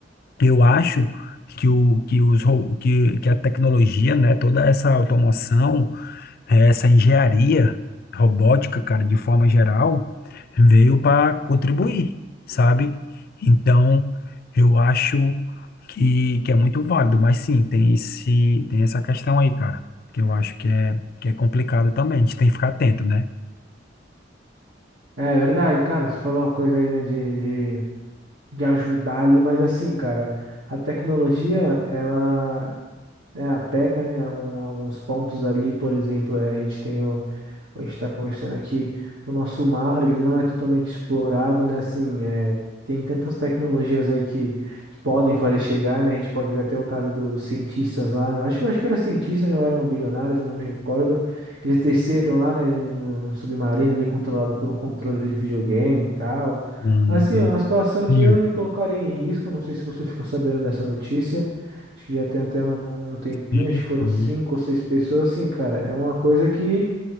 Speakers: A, on the left; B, on the right.
A: eu acho que, o, que, os, ro- que, que a tecnologia, né, toda essa automação, é, essa engenharia robótica, cara, de forma geral, veio para contribuir, sabe? Então, eu acho que, que é muito válido, mas sim, tem esse, tem essa questão aí, cara, que eu acho que é, que é complicado também, a gente tem que ficar atento, né?
B: é verdade, cara, você falou uma coisa aí, né, de, de, de ajudar ali, mas assim, cara, a tecnologia, ela É, peca, né? Algum- alguns pontos ali, por exemplo, é, a gente tem o, a gente está conversando aqui, o nosso mar, ele não é totalmente explorado, né? Assim, é, tem tantas tecnologias aí que, que podem fazer chegar, né? A gente pode ver até o caso do- dos cientistas lá. né? Eu acho, eu acho que era cientista, né? Ou eram bilionários, eu não me recordo. Eles desceram lá, né? Em em um submarino ali controlado por um controle de videogame e tal.
A: Hum,
B: Assim, é uma situação
A: sim,
B: que eu não me colocaria em risco. Não sei se você ficou sabendo dessa notícia. Acho que já tem até um, um tempinho,
A: sim,
B: acho que foram
A: sim.
B: cinco ou seis pessoas. Assim, cara, é uma coisa que